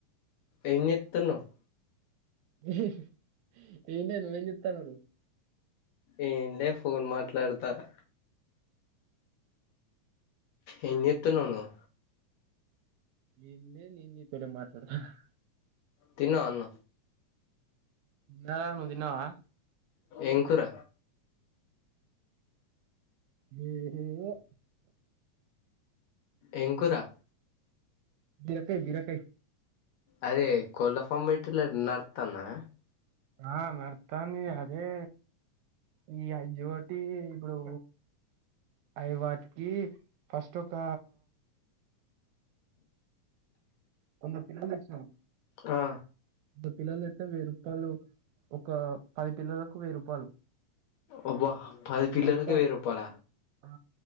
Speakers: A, on the left; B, on the right.
A: ఏం జేత్తుఉన్నావ్
B: హే ఎమ్ లేదు నువ్వు ఏం చెత్తుఅన్నావ్ నువ్వు
A: ఏమ్ లే ఫోన్ మాట్లాడతాఅన్నా ఏమ్ చెత్తు ఉన్నావ్ నువ్వు
B: ఏమి లే నేను నీతోడే మాట్లాడుతున్న హ
A: తిన్నావా అన్నం
B: తిన్నా గని నువ్ తిన్నావా
A: ఏం కూర
B: మీరు హివ్య
A: ఎం కురా
B: బీరకయి బీరకయి
A: అదే కొళ్ళ ఫాంమ్ పెట్టిలర్ నడత్తందా
B: ఆ నడుత్తాంది అదే ఈ అయోటి ఈ ఇపుడు అయి వాటికి ఫస్ట్ ఒక కొన్ని పిల్లల్ తెచ్చినామ్
A: ఆ
B: ఇద్దర్ పిల్లలకు వెయ్యి రూపాయలు ఒక పది పిల్లలకు వెయ్యి రూపాలు
A: అవ్యా పది పల్లలకి
B: మొత్తం
A: వెయ్యి రూపాల
B: ఆ